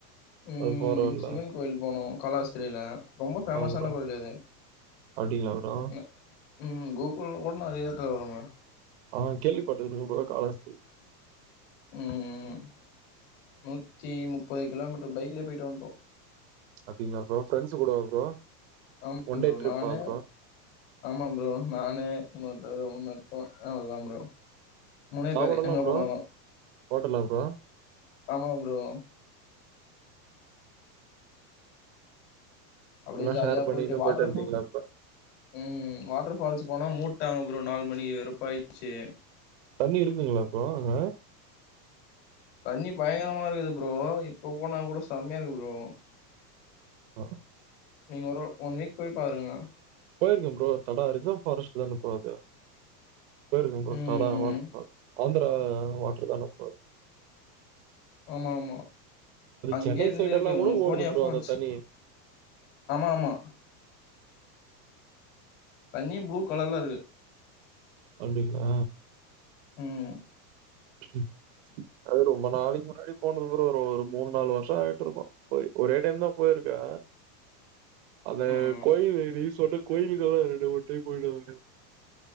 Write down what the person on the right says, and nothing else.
அது போற வழில
ஆ ப்ரோ
அப்டிங்களா ப்ரோ
ஆ கேள்விப்பட்டு இருக்கேன் ப்ரோ காலாஸ்த்திரி
அப்டிங்ளா ப்ரோ ஃப்ரெண்ஸு கூடவா ப்ரோ
ஒன்
டே ட்ரிப்பா
ப்ரோ
சாப்பாடெல்லா
ப்ரோ
ஹோட்டலா ப்ரோ
எல்லா
ஷேர் பண்ணிக்கினு
வந்ட்டீங்களா ப்ரோ
தண்ணி இருக்குங்களா ப்ரோ அங்க
ஆ
போயிருக்கே ப்ரோ தடா ரிசவ் ஃபாரஸ்ட் தான ப்ரோ அது போயிருக்க ப்ரோ
தடா வாட்ருபால்ஸ் ஆந்தரா வாட்ரு தான ப்ரோ அத்
சென்னை
சைடெல்லாம்
கூட ஓடுது
ப்ரோ
அந்த தண்ணி.
அப்டிங்ளா
ம் அது ரொம்ப நாளைக்கு முன்னாடி போனது ப்ரோ ஒரு ஒரு மூணு நாலு வருஷோ ஆயிட்டுருக்கு போய் ஒரே டைம்தா போயிருக்கே அந்த
கோயிலு நீ சொன்ன கோயிலுக்கல்லா ரெண்டு மூண் டைம் போய்ட்டு வந்துருக்க